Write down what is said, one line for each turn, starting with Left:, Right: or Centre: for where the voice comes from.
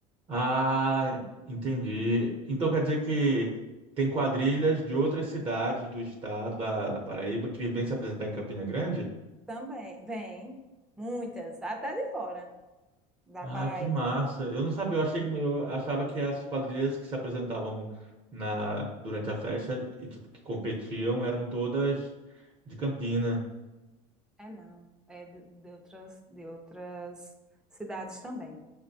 Right: Ah, entendi. Então quer dizer que tem quadrilhas de outras cidades do estado da, da Paraíba que vêm se apresentar em Campina Grande?
Centre: também. Vem muitas, até de fora da
Right: Ah,
Centre: Paraíba.
Right: que massa. Eu não sabia, eu achei, eu achava que as quadrilhas que se apresentavam na, durante a festa e tipo, que competiam eram todas de Campina.
Centre: É não, é de, de outras, de outras cidades também.